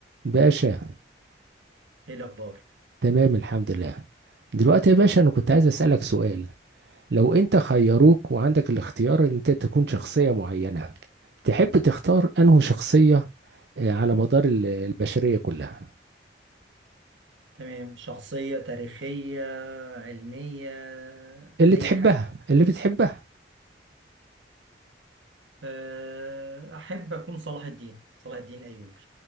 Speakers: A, on the right (about 60°); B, on the right (about 90°).
A: باشا
B: ايه الاخبار
A: تمام الحمد لله دلوقتي يا باشا انا كنت عايز اسألك سؤال لو انت خيروك وعندك الاختيار ان انت تكون شخصية معينة تحب تختار انه شخصية آه، على مدار ال- البشرية كلها
B: تمام شخصية تاريخية علمية
A: اللي
B: اي
A: تحبها
B: حاجة
A: اللي بتحبها
B: أه، احب اكون صلاح الدين صلاح الدين الايوبي